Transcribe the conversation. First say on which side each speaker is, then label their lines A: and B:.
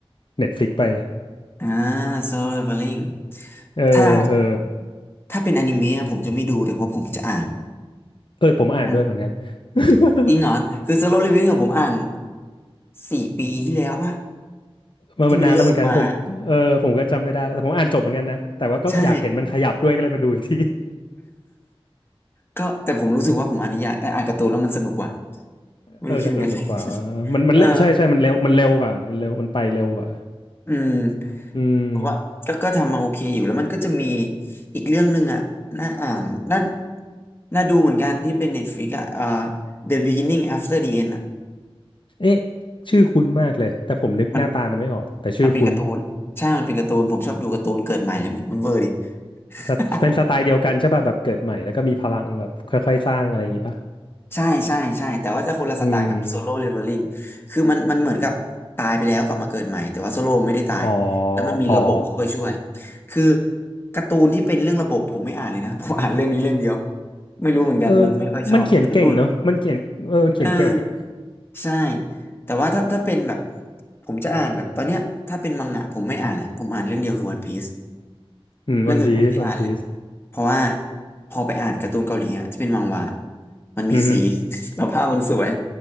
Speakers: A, on the left; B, on the left.
A: Netflix ไป
B: อ่า Solo Leveling
A: เออเออ
B: ถ้าถ้าเป็นอนิเมะผมจะไม่ดูเลยเพราะผมจะอ่าน
A: เออผมอ่านด้วยเหมือนกัน
B: อ่า
A: <laughs>
B: จริงเหรอคือ Solo Leveling กัผมอ่านสี่ปีที่แล้วปะ
A: มามันนานแล้วเหมือนกันะผมเออผมก็จำไม่ได้แล้วแต่ผมอ่านจบเหมือนกันนะแต่ว่าก็อยากเห็นมันขยับด้วยก็เลยมาดูอีกที
B: ที่มันเริ่มมาใช่ก็แต่ผมรู้สึกว่าผมอ่านนิยายเอ่ออ่านการ์ตูนแล้วมันสนุกกว่าไม่รู้คิดเหมือนกัน
A: เออการ์ตูนดุกกว่า
B: <laughs>
A: มันมันเร็วใช่ใช่มันเร็วมันเร็วกว่ามันเร็วมันไปเร็วกว่า
B: เอออืม
A: อืม
B: ผมว่าก็ก็ทำมาโอเคอยู่แล้วมันก็จะมีอีกเรื่องหนึ่งอ่ะน่าอ่านน่าน่าดูเหมือนกันที่เป็น Netflix อ่ะเอ่อ The Beginning After the End อ่ะ
A: เอ๊ะชื่อคุ้นมากเลยแต่ผมนึกหน้าตามันไม่ออกแต่ชื่อคุ้น
B: มันมันเป็นการ์ตูนใช่มันเป็นการ์ตูนผมชอบดูการ์ตูนเกิดใหม่เลยมันมันเวอร์ดิ
A: สไตเป็นสไตล์เดียวกันใช่ป่ะแบบเกิดใหม่แล้วก็มีพลังแบบค่อยๆสร้างอะไรอย่างงี้ป่ะ
B: <laughs> ใช่ใช่ใช่แต่ว่าจะคนละสไตล์กับโซโล่เลเวลลิ่ง
A: อืม
B: คือมันมันเหมือนกับตายไปแล้วกลับมาเกิดใหม่แต่ว่าโซโล่ไม่ได้ตายแล้วมันมีระบบบคอยช่วย
A: อ๋ออ๋อ
B: คือการ์ตูนที่เป็นเรื่องระบบผมไม่อ่านเลยนะ <laughs> ผมอ่านเรื่องนี้เรื่องเดียวไม่รู้เหมือนกันมันไม่ค่อยชอบการ์ตูน
A: เออมันเขียนเก่งเนอะมันเขียนเออมันเขียนเก่งอ่ะ
B: เออใช่แต่ว่าถ้าถ้าเป็นแบบผมจะอ่านแบบตอนเนี้ยถ้าเป็นมังงะผมไม่อ่านอ่ะผมอ่านเรื่องเดียวคือวันพีซ
A: อืมวันพีซวันพีซ
B: เรื่องอื่นผมไม่ได้อ่านเลยเพราะว่าพอไปอ่านการ์ตูนเกาหลีอ่ะที่เป็นมังหวะมันมีสี
A: อือฮึ
B: <laughs> แล้วภาพมันสวย